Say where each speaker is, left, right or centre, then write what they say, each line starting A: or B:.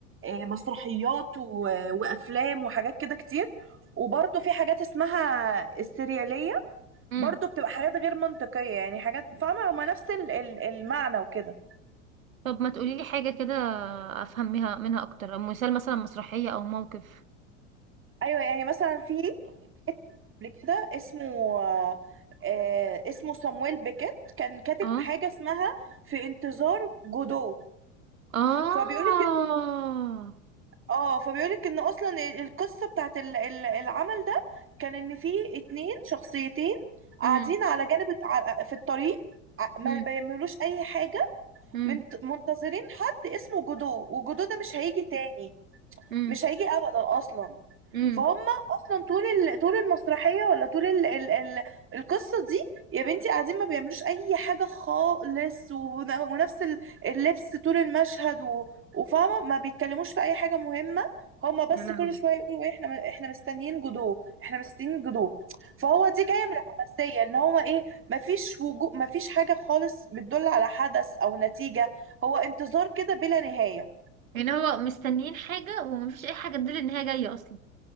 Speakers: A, on the right; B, on the right.
A: آه، مسرحيات و... وافلام وحاجات كده كتير وبرضه في حاجات اسمها السرياليه
B: امم
A: برضه بتبقى حاجات غير منطقيه يعني حاجات فاهمه هما نفس ال- ال- المعنى وكده
B: طب ما تقولي لي حاجة كده افهمها منها اكتر أو مثال مثلا مسرحية او موقف
A: ايوه يعني مثلا في كاتب قبل كده اسمه آه، آه، اسمه صامويل بيكيت كان كاتب
B: اه
A: حاجه اسمها في انتظار جودو
B: اه
A: فبيقول اه فبيقولك ان اصلا ال- القصه بتاعت ال- ال- العمل ده كان ان في اتنين شخصيتين
B: امم
A: قاعدين على جانب الت- ع- في الطريق ع- ما
B: امم
A: بيعملوش اي حاجه
B: امم
A: منت- منتظرين حد اسمه جودو وجودو ده مش هيجي تاني
B: امم
A: مش هيجي ابدا اصلا
B: امم
A: فهم اصلا طول ال... طول المسرحيه ولا طول ال... ال... ال... القصه دي يا بنتي قاعدين ما بيعملوش اي حاجه خالص ون... ونفس ال- اللبس طول المشهد و... وفاهمه ما بيتكلموش في اي حاجه مهمه هما بس
B: يا لهوي
A: كل شويه يقولوا إيه احنا احنا مستنيين جدو احنا مستنيين جدو فهو دي جايه من العباسيه ان هو ايه ما فيش وجو ما فيش حاجه خالص بتدل على حدث او نتيجه هو انتظار كده بلا نهايه
B: يعني هو مستنيين حاجة ومفيش أي حاجة تدل إن هي جاية أصلا